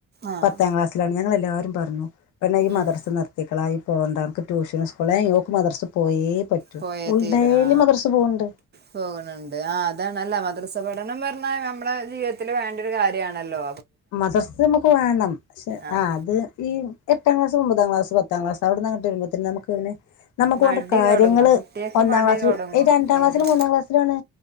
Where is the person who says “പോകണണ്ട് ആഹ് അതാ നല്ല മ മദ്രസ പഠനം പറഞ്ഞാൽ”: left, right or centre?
Right